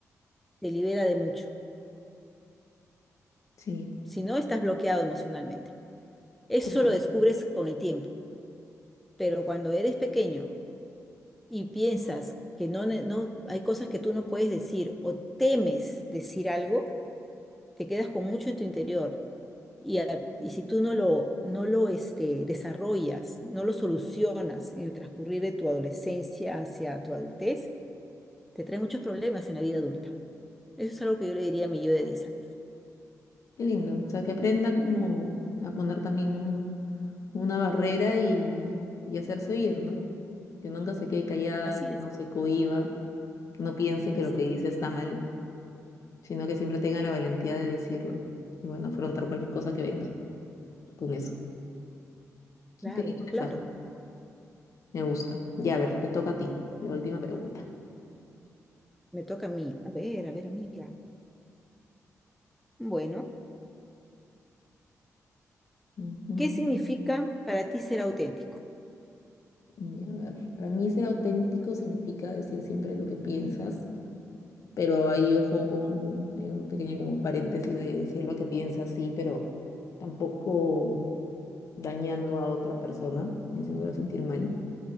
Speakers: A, in the centre; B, on the left.
A: te libera de mucho.
B: Sí,
A: Si no, estás bloqueado emocionalmente. Eso
B: claro.
A: lo descubres con el tiempo, pero cuando eres pequeño y piensas que no, ne- no hay cosas que tú no puedes decir o temes decir algo, te quedas con mucho en tu interior Y, a- y si tú no lo, no lo este, desarrollas, no lo solucionas en el transcurrir de tu adolescencia hacia tu adultez, te trae muchos problemas en la vida adulta. Eso es algo que yo le diría a mi yo de diez años.
B: Qué lindo. O sea, que aprenda como a poner también un- una barrera y, y hacerse oír, ¿no? Que nunca se quede callada,
A: Así
B: que
A: es,
B: no se cohíba, que no piense
A: así
B: que lo que
A: es.
B: dice está mal, sino que siempre tenga la valentía de decirlo. Y bueno, afrontar cualquier cosa que venga con eso.
A: Claro,
B: Qué lindo mensaje.
A: claro.
B: Me gusta. Ya, a ver, te toca a ti. La última pregunta.
A: Me toca a mí. A ver, a ver, amiga. Bueno,
B: Ujú.
A: ¿qué significa para ti ser auténtico?
B: Y A ver, para mí ser auténtico significa decir siempre lo que piensas, pero ahí ojo con un, hay un pequeño como paréntesis de decir lo que piensas, sí, pero tampoco dañando a otra persona ni haciéndola sentir mal.